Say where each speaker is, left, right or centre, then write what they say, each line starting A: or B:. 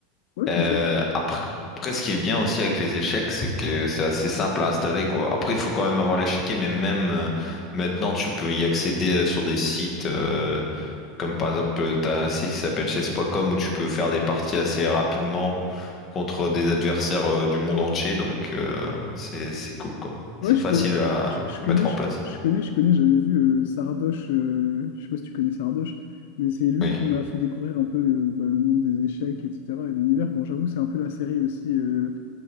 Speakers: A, on the left; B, on the left.
A: Ouais,
B: Euh,
A: c'est ça.
B: après, après, ce qui est bien aussi avec les échecs, c'est que c'est assez simple à installer, quoi. Après, il faut quand même avoir l'échiquier, mais même euh, maintenant, tu peux y accéder euh, sur des sites euh, comme par exemple, euh, t'as un site qui s'appelle chess.com où tu peux faire des parties assez rapidement contre des adversaires euh, du monde entier, donc euh, c'est c'est cool, quoi. C'est
A: Ouais, je
B: facile
A: connais,
B: à, à
A: je, je connais,
B: mettre en
A: je,
B: place.
A: je connais, je connais, j'avais vu euh, Sardoche, euh, je sais pas si tu connais Sardoche, mais c'est lui
B: Oui.
A: qui m'a fait découvrir un peu euh, bah, le monde des échecs, etc. et l'univers. Bon, j'avoue, c'est un peu la série aussi, euh,